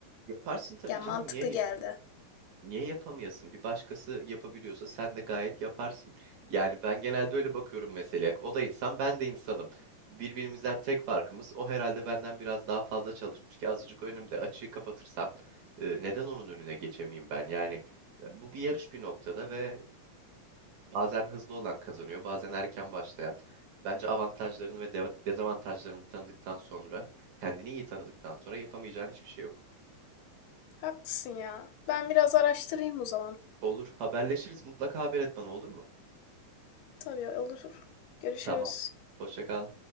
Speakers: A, on the right; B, on the left.
A: Yaparsın tabii
B: Ya
A: canım.
B: mantıklı
A: Niye
B: geldi.
A: niye yapamayasın? Bir başkası yapabiliyorsa sen de gayet yaparsın. Yani ben genelde öyle bakıyorum meseleye. O da insan, ben de insanım. Birbirimizden tek farkımız o herhalde benden biraz daha fazla çalışmış ki azıcık önümde açığı kapatırsam e, neden onun önüne geçemeyeyim ben? Yani e, bu bir yarış bir noktada ve Bazen hızlı olan kazanıyor, bazen erken başlayan. Bence avantajlarını ve de- dezavantajlarını tanıdıktan sonra, kendini iyi tanıdıktan sonra yapamayacağın hiçbir şey yok.
B: Haklısın ya. Ben biraz araştırayım o zaman.
A: Olur, haberleşiriz. Mutlaka haber et bana olur mu?
B: Tabii olur. Görüşürüz.
A: Tamam. Hoşça kal.